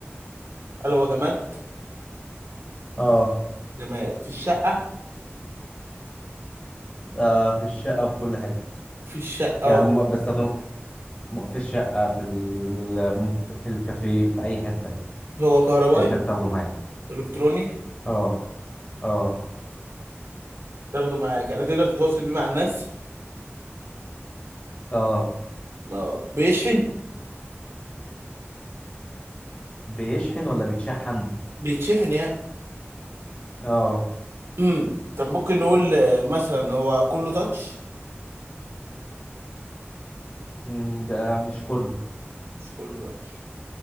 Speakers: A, on the right; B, on the left.
A: هل هو جماد
B: اه
A: جماد في الشقه
B: آه، في الشقه وفي كل حته
A: في الشقه اهو
B: يعني م- بستخدمه م- في الشقه في ال... م- في الكافيه في اي حته يعني
A: هو كهربائي
B: انت بتاخده معاك يعني.
A: الكتروني
B: اه اه
A: تاخده معاك يعني تقدر تتواصل بيه مع الناس
B: اه
A: اه بيشحن
B: بيشحن ولا بيتشحن
A: بيتشحن يعني
B: اه
A: امم طب ممكن نقول آه، مثلا هو كله تاتش
B: مم، ده مش كله
A: مش كله تاتش